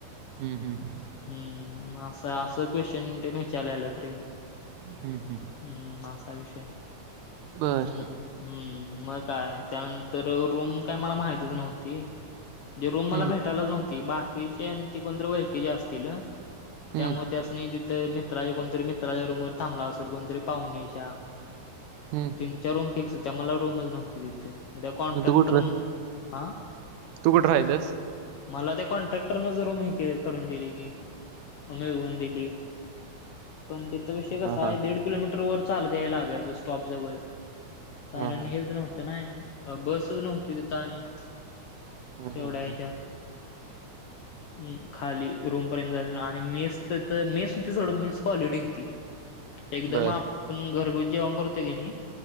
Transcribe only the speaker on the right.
हम्म हम्म.
हम्म हम्म
बर
हम्म
हम्म
हम्म
मग तू कुठं
तू कुठं राहिलस?
हा हा
हा हा
हम्म
हम्म
हम्म
बर